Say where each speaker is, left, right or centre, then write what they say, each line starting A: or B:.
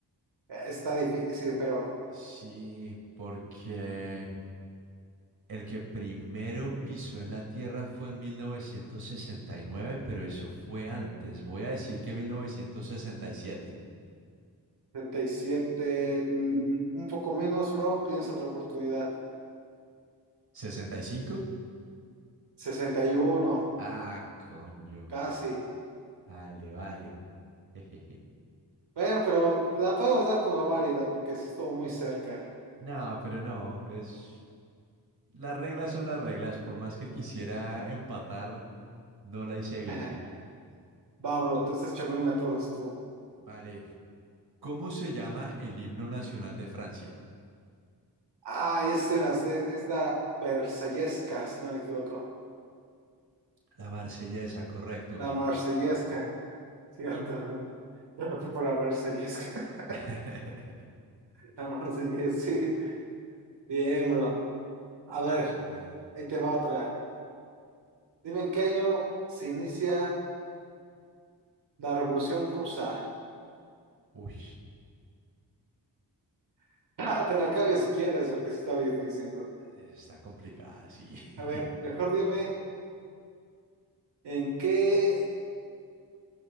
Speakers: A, on the right; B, on the right.
A: Está difícil, pero
B: sí, porque... El que primero pisó en la Tierra fue en 1969, pero eso fue antes. Voy a decir que 1967.
A: 37, mm, un poco menos, bro. Tienes otra oportunidad.
B: ¿65?
A: sesenta y uno
B: Ah, coño.
A: casi.
B: Vale, vale. Jejeje.
A: Bueno, pero la podemos dar como válida porque sí estuvo muy cerca.
B: No, pero no, pues las reglas son las reglas. Por más que quisiera empatar, no la hice bien.
A: <laughs> Va, bro, entonces échame una a todos tú.
B: Vale. ¿Cómo se llama el himno nacional de Francia?
A: Ah, este me la sé, es la Versallesca, si no me equivoco.
B: La Marsellesa, correcto.
A: La Marsellesca, ¿cierto? Yo me fui por la Versallesca. <laughs>
B: <laughs>
A: La Marsellesca, sí. Bien, bro. A ver,
B: Muy bien.
A: ahí te va otra. Dime en qué año se inicia la Revolución Rusa.
B: Uy.
A: <laughs> Ah, te la cambio si quieres, porque sí está muy difícil, bro.
B: Está complicada, sí. <laughs>
A: A ver, mejor dime, ¿en qué,